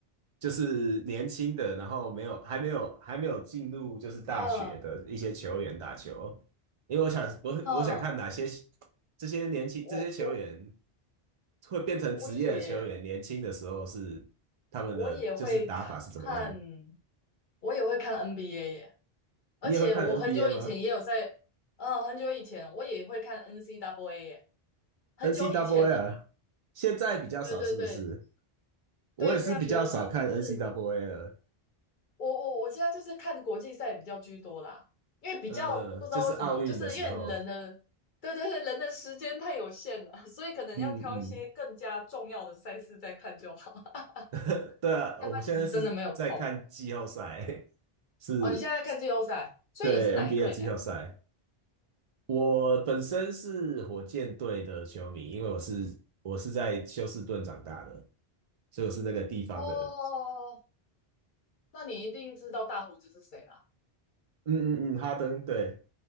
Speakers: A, on the right; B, on the left.
A: 就是年轻的，然后没有还没有还没有进入就是大学的一些球员打球，
B: 嗯
A: 因为我想我我想看哪些
B: 嗯，
A: 这些年轻这些球员
B: 我我
A: 会变成职业的球员，
B: 我也
A: 年轻的时候是他们的就是打法是怎么样。
B: 我也会看，我也会看 NBA 耶，而且我很久以前也有在，
A: 你也会看 NBA 吗
B: 嗯，很久以前我也会看 NCAA 耶，很久以前的啦，
A: ？NCAA 啊，现在比较少，
B: 对对对
A: 是不是？我也是比较少看
B: 对，现在比较少，但是。
A: NCAA 了。
B: 我我我现在就是看国际赛比较居多啦，因为比较不知道为什么，
A: 呃呃，就是奥运的时候，
B: 就是因为人的，对对对，人的时间太有限了，<laughs> 所以可能要挑一些更加重要的赛事再看就好，
A: 嗯嗯，
B: <laughs>
A: <laughs> 对啊，
B: 要不然其实真的没有空。
A: 我现在是在看季后赛，<laughs> 是
B: 哦，你现在在看季后赛，所以你是哪一队的呀？
A: 对 NBA 的季后赛。我本身是火箭队的球迷，因为我是我是在休斯顿长大的，所以我是那个地方的
B: 哦，那你一定知道大胡子是谁了？
A: 嗯嗯嗯，哈登对，